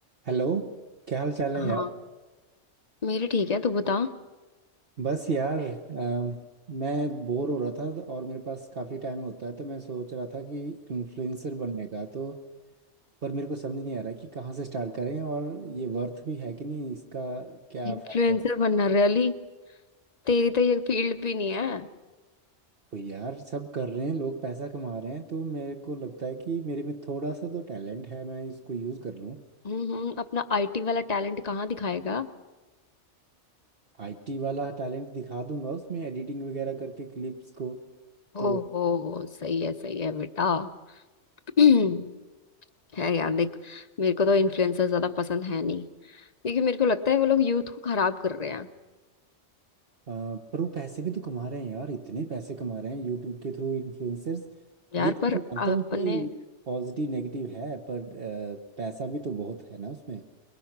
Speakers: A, on the right (about 55°); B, on the left (about 40°).
A: Hello क्या हाल चाल है
B: हाँ
A: यार
B: मेरी ठीक है तू बता
A: बस यार अम, मैं बोर हो रहा था और मेरे पास काफ़ी टाइम होता है तो मैं सोच रहा था कि इन्फ्लुएंसर बनने का तो पर मेरे को समझ नहीं आ रहा कि कहाँ से स्टार्ट करें और ये वर्थ भी है कि नहीं इसका क्या
B: इन्फ्लुएंसर
A: फ़ायदा
B: बनना रैली तेरी तो ये फील्ड भी नहीं है
A: कोई यार सब कर रहे हैं लोग पैसा कमा रहे हैं तो मेरे को लगता है कि मेरे में थोड़ा सा तो टैलेंट है मैं इसको यूज़ कर लूँ
B: हम्म हम्म, अपना आईटी वाला टैलेंट कहाँ दिखाएगा
A: आईटी वाला टैलेंट दिखा दूंगा उसमें एडिटिंग वगैरह करके क्लिप्स को तो
B: ओहो सही है सही है बेटा <clears throat> है यार देख मेरे को तो इन्फ्लुएंसर ज्यादा पसंद है नहीं क्योंकि मेरे को लगता है वो लोग यूथ को खराब कर रहे हैं
A: अ, पर वो पैसे भी तो कमा रहे हैं यार इतने पैसे कमा रहे हैं यूट्यूब के थ्रू इन्फ्लुएंसर्स
B: यार
A: ये तो
B: पर
A: मैं मानता
B: अपने
A: हूँ कि पॉजिटिव नेगेटिव है पर अ, पैसा भी तो बहुत है ना उसमें